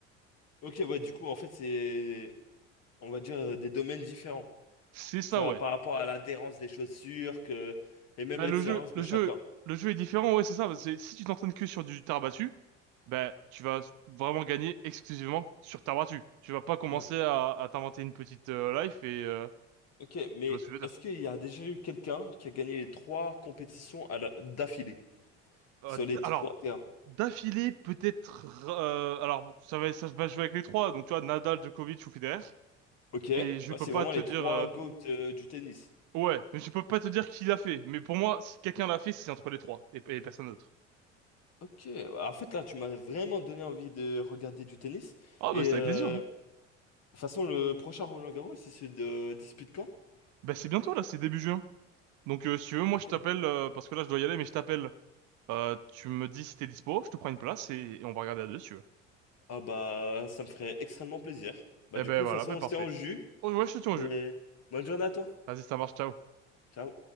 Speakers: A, on the left (about 45°); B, on the right (about 55°).
A: Ok, ouais, du coup, en fait, c'est... On va dire euh, des domaines différents.
B: C'est ça,
A: Tu vois,
B: ouais.
A: par rapport à l'adhérence des chaussures que... et même
B: Bah,
A: l'expérience
B: le jeu, le
A: de chacun.
B: jeu, le jeu est différent, ouais, c'est ça. C'est, si tu t'entraînes que sur du terre battue, bah, tu vas vraiment gagner exclusivement sur terre battue. Tu vas pas commencer
A: Ouais.
B: à, à t'inventer une petite euh, life et euh,
A: Ok, mais
B: tu vas soulever.
A: est-ce qu'il y a déjà eu quelqu'un qui a gagné les trois compétitions à la- d'affilée
B: Euh,
A: sur
B: d-
A: les trois
B: alors,
A: terrains?
B: d'affilée, peut-être. euh, alors, ça va, ça va jouer avec les trois. Donc, tu vois, Nadal, Djokovic ou Federer.
A: Ok, ouais,
B: Mais je peux
A: c'est
B: pas
A: vraiment
B: te
A: les
B: dire.
A: trois
B: euh,
A: GOAT euh, du tennis.
B: ouais, mais je peux pas te dire qui l'a fait. Mais pour moi, si quelqu'un l'a fait, c'est entre les trois et, et personne d'autre.
A: Ok, en fait là, tu m'as vraiment donné envie de regarder du tennis.
B: Ah,
A: Et
B: bah, c'est
A: euh,
B: avec plaisir. hein.
A: de toute façon, le prochain Roland Garros, il se euh, dispute quand?
B: Bah, c'est bientôt là, c'est début juin. Donc, euh, si tu veux, moi,
A: Ok.
B: je t'appelle. euh, parce que là, je dois y aller, mais je t'appelle. Euh, tu me dis si t'es dispo, je te prends une place et, et on va regarder à deux, si tu veux.
A: Ah bah, ça me ferait extrêmement plaisir. Bah
B: Eh
A: du
B: ben
A: coup, de
B: voilà,
A: toute façon,
B: ben
A: on
B: parfait.
A: se tient au jus.
B: Oh, ouais, je te tiens
A: Et
B: au jeu.
A: bonne journée à toi.
B: Vas-y, ça marche, ciao.
A: Ciao.